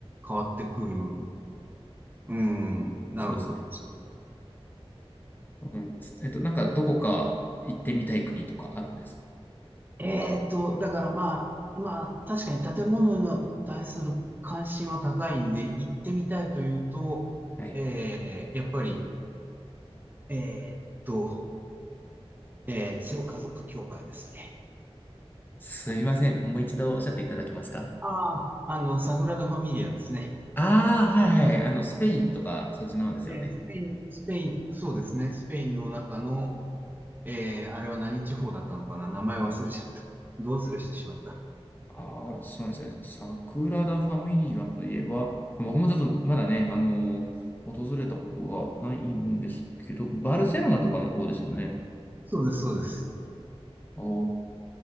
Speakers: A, on the right; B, on the left.
A: 変わってくる。うん、なるほど。
B: そうですね。うん、えっと、なんか、どこか行ってみたい国とかあるんです。
A: えーと、だからまあ、まあ、確かに建物に対する関心は高いんで、行ってみたいというと、
B: はい。
A: えーやっぱり、えーっと、えー、聖家族教会ですね。
B: すいません。もう一度おっしゃっていただけますか
A: ああ、あの、サグラダ・ファミリアですね。
B: ああ、はいはい。あの、スペインとか、そっちの方ですよね。
A: ね、スペイン、スペイン、そうですね。スペインの中の、えー、あれは何地方だったのかな名前忘れちゃった。ど忘れしてしまった。
B: ああ、そうなんですね。サグラダ・ファミリアといえば、僕もちょっとまだね、あのー訪れたことがないんですけど、バルセロナとかの方ですよね。
A: そうです、そうです。
B: あー